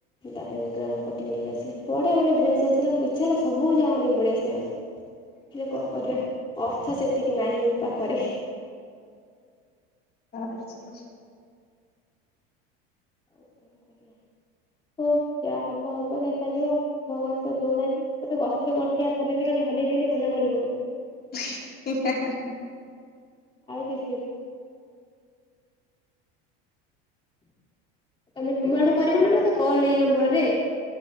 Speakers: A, on the left (about 15°); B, on the left (about 30°).
A: ତା ପାଇଁ ରାଉଣ୍ଡ କଟିିଙ୍ଗ୍ ନେଇ ଆସିଲି, ବଢିଆ ବଢିଆ ଡ୍ରେସ ଆସିଲା ମୋ ଇଚ୍ଛା ହେଲା ସବୁ ଯାକଁ ନେଇକି ପଳେଇଆସିଥାନ୍ତି। ହେଲେ କଣ କରିବା ଅର୍ଥ ସେତିକି ନାହିଁ ପାଖରେ।
B: ଆ <unintelligible>
A: ଆଉ କଣ କରିବା, ହଉ ଯାହା ହବ ହବ ଦେଖାଯିବ। ଭଗବାନ ତ ଦଉନାହାନ୍ତି, ଗୋଟେ ଗଛରେ ଗଠିଆ କରିଦିଅନ୍ତେ ଖାଲି ହଲେଇ ଦିଅନ୍ତି ପଇସା ଗଳି ପଡନ୍ତା।
B: ହିଁ ହାଁ ହାଁ ହାଁ
A: ଆଉ କିଛି ନୁହଁ। ତମେ ତମ ଆଡୁ କରିବ ନା ମତେ କଲ୍ ଏଇ ନମ୍ବର ରେ?